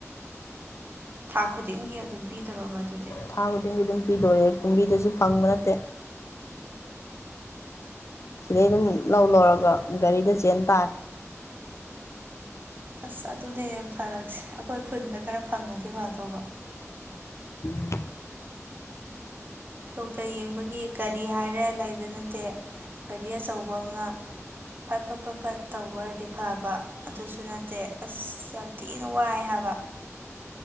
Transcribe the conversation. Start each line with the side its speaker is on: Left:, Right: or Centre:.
Right: ꯊꯥ ꯈꯨꯗꯤꯡꯒꯤ ꯑꯗꯨꯝ ꯄꯤꯗꯣꯔꯕ ꯑꯗꯨꯗꯤ꯫
Left: ꯊꯥ ꯈꯨꯗꯤꯡꯒꯤ ꯑꯗꯨꯝ ꯄꯤꯗꯣꯔꯦ ꯀꯨꯝꯕꯤꯗꯁꯨ ꯐꯪꯕ ꯅꯠꯇꯦ꯫ ꯁꯤꯗꯩ ꯑꯗꯨꯝ ꯂꯧ ꯂꯧꯔꯒ ꯒꯥꯔꯤꯗ ꯆꯦꯟ ꯇꯥꯔꯦ꯫
Right: ꯑꯁ ꯑꯗꯨꯅꯦ ꯌꯥꯝ ꯐꯔꯛꯁꯦ ꯑꯈꯣꯏ ꯈꯨꯟꯗ ꯈꯔ ꯐꯪꯉꯗꯤ ꯐꯗꯧꯕ꯫
Left: ꯎꯝ꯫
Right: ꯗꯣꯛꯇꯔ ꯌꯦꯡꯕꯒꯤ ꯒꯥꯔꯤ ꯍꯥꯏꯔꯦ ꯂꯩꯕ ꯅꯠꯇꯦ ꯒꯥꯔꯤ ꯑꯆꯧꯕ ꯑꯃ꯫ ꯐꯠ ꯐꯠ ꯐꯠ ꯐꯠ ꯇꯧꯕ ꯑꯣꯏꯔꯗꯤ ꯐꯕ꯫ ꯑꯗꯨꯁꯨ ꯅꯠꯇꯦ ꯑꯁ ꯌꯥꯝ ꯊꯤꯅ ꯋꯥꯏ ꯍꯥꯏꯕ꯫